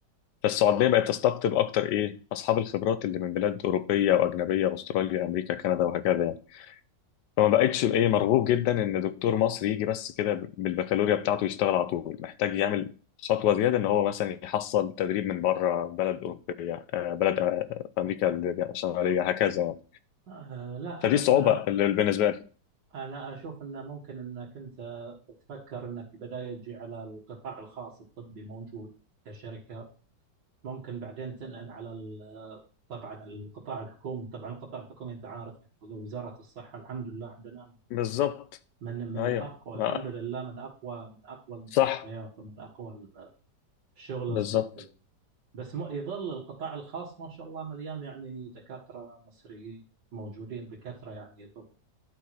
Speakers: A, on the left; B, on the right.
A: فالسعوديه بقت تستقطب اكتر ايه اصحاب الخبرات اللي من بلاد اوروبيه واجنبيه استراليا امريكا كندا وهكذا يعني فما بقتش ايه مرغوب جدا ان دكتور مصري يجي بس كده بالبكالوريا بتاعته يشتغل على طول محتاج يعمل خطوه زياده ان هو مثلا يحصل تدريب من بره بلد اوروبيه آه، بلد آه، امريكا الشماليه هكذا يعني
B: آه، لا
A: فدي
B: بس
A: الصعوبه
B: أنا
A: اللي بالنسبه لي
B: أنا أشوف أنه ممكن أنك أنت تفكر أنك في البداية تجي على القطاع الخاص الطبي موجود كشركة ممكن بعدين تنقل على ال- طبعا القطاع الحكومي طبعا القطاع الحكومي أنت عارف يعني هو وزارة الصحة الحمد لله عندنا من
A: بالظبط
B: من من
A: ايوه
B: أقوى الحمد
A: آه،
B: لله من أقوى من أقوى المستشفيات
A: صح
B: ومن أقوى الشغل الصحي
A: بالظبط
B: بس م- يظل القطاع الخاص ما شاء الله مليان يعني دكاترة مصريين موجودين بكثرة يعني يظل